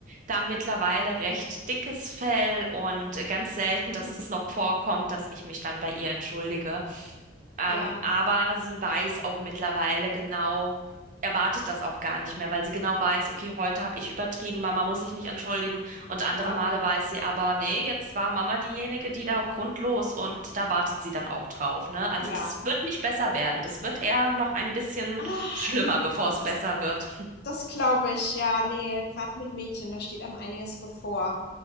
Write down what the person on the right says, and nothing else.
da mittlerweile recht dickes Fell und ganz selten, dass
das noch vorkommt, dass ich mich dann bei ihr entschuldige. Ähm,
aber sie weiß auch mittlerweile genau, erwartet das auch gar nicht mehr, weil sie genau weiß, okay, heute habe ich übertrieben, Mama muss sich nicht entschuldigen. Und andere
Male weiß sie aber, nee, jetzt war Mama diejenige, die da grundlos und da wartet sie dann auch drauf, ne? Also
das wird nicht besser werden. Das wird eher noch ein bisschen
schlimmer,
bevor es
besser wird.